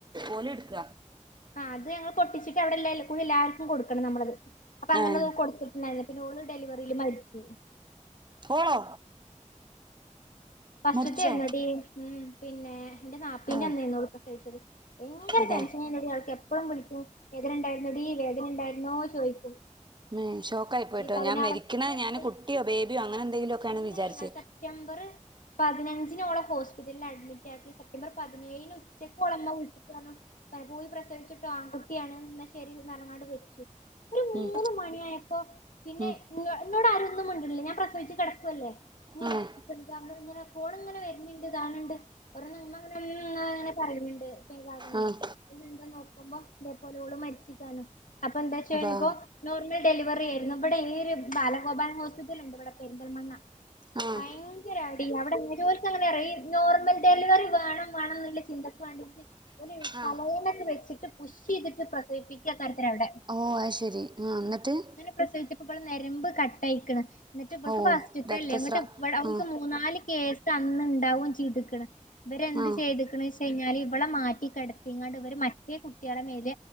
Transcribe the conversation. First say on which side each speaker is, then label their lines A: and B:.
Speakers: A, on the right (about 35°); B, on the left (about 80°).
A: ഓല്ട്ക്ക
B: ആഹ്അത് ഞങ്ങള് പൊട്ടിച്ചിട്ട്അവിടെ കൂട്യ എല്ലാര്ക്കും കൊട്ക്കണം ഞമ്മള അത് അപ്പൊ അങ്ങനൊക്കെ
A: ഏഹ്
B: കൊട്ത്തിട്ടുണ്ടായിന്നു പിന്നെ ഓള് ഡെലിവറീല് മരിച്ചു
A: ഓളോ
B: ഫസ്റ്റ്ത്തതായിരുന്നു
A: മരിച്ചോ
B: ഹ് പിന്നെ എന്റെ നാപ്പീന്റെ
A: ഓ
B: അന്നേനി ഓള് പ്രസവിച്ചത് ഭയങ്കര
A: അതെ
B: ട്ടെൻഷനായിര്ന്നടീ ആൾക്ക് എപ്പളും വിളിക്കും വേദനണ്ടായീര്ന്നടീ വേദനണ്ടായിരുന്നോ ചോയ്ക്കും
A: ആഹ് ഷോക്കായി പോയിട്ടൊ
B: പതിനാറ്
A: ഞാന് മരിക്ക്ണത് കുട്ട്യോ ബേബി ബേബ്യോ അങ്ങനെ എന്തെങ്കിലൊക്കേ
B: ഇല്ലല്ല
A: വിചാരിച്ച
B: സെപ്റ്റംബർ പതിനഞ്ചിനോളെ ഹോസ് പിറ്റലില് അഡ്മിറ്റാക്കി സെപ്റ്റംബർ പതിനേഴിന് ഉച്ചക്ക് ഓളെ ഇമ്മ വിള്ച്ചിട്ട് പറഞ്ഞു പൂവി പ്രസവിച്ച്ട്ടൊ ആൺകുട്ട്യാണ് ന്നാ ശരീന്നറഞ്ങ്ങാണ്ട് വെച്ചു ഒരു
A: ഉം
B: മൂന്ന് മണിയായപ്പോ പിന്നെ
A: ഉം
B: ഇന്നോട് ആരൊന്നും മിണ്ട്ണ്ല്ല്യ ഞാന് പ്രസവിച്ച് കെടക്കല്ലെ ഇങ്ങനെ
A: ആഹ്
B: <unintelligible> ഇങ്ങനെ ഫോണ്ങ്ങനെ വര്ന്ണ്ട് ത് കാണ്ണ്ണ്ട്ഓരോന്ന് ഇമ്മങ്ങനെ പറയ്ണ്ട് പിന്നെന്താ
A: ആഹ്
B: നോക്കുമ്പോ ഇതേ പോലെ ഓള്മരിച്ചിക്കാണ് അപ്പൊ എന്താചോയ്ച്ചപ്പ
A: അതാ
B: നോർമൽ ഡെലിവറി ആയിരുന്നു ഇവിടെ ഈ ഒരു ബാലഗോപാലൻ ഹോസ്പിറ്റല്ണ്ട് ഇവിടെ പെരിന്തൽമണ്ണ
A: ആഹ്
B: ഭയങ്കര അടി അവിടെ എങ്ങനെ ഓൽക്ക് എങ്ങനെ അറയി നോർമൽ ഡെലിവറി വേണം വേണന്ന്ള്ള ചിന്തക്ക് വേണ്ടീട്ട് ഓര് തലയണൊക്കെ
A: ആഹ്
B: വെച്ചിട്ട് പുഷ് ചെയ്തിട്ട് പ്രസവിപികുകയണ്. അവിടെ
A: ഓഹ് ആഹ് ശരിന്നട്ട്.
B: പ്രസവിച്ചപ്പ ഇവളെ ഞരമ്പ് കട്ടായിക്ക്ണ്. എന്നട്ട് ഇവക്ക്
A: ഓ
B: ഫസ്റ്റത്തെല്ലേ
A: രക്തസ്ര
B: ങ്ങട്ട് ഓര്ക്ക്
A: ആഹ്
B: മൂന്നാല് കേസ് അന്ന്ണ്ടാവും ചെയ്ത്ക്ക്ണ്. ഇവരെന്ത്
A: ആഹ്
B: ചെയ്തക്കണ് വെച്ച് കഴിഞ്ഞാല് ഇവളെ മാറ്റി കിടത്തിങ്ങാണ്ട് ഇവര് മറ്റേ കുട്ടികളെ മേല.